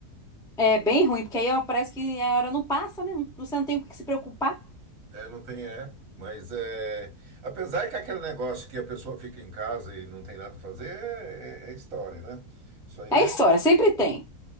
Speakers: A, in the centre; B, on the right.
A: É bem ruim, porque aí ó, parece que a hora não passa, né? Não- Você não tem com o que se preocupar.
B: É, não tem é, mas é, apesar que aquele negócio que a pessoa fica em casa e não tem nada a fazer é, é- é história, né? Isso aí
A: É
B: é
A: história, sempre tem.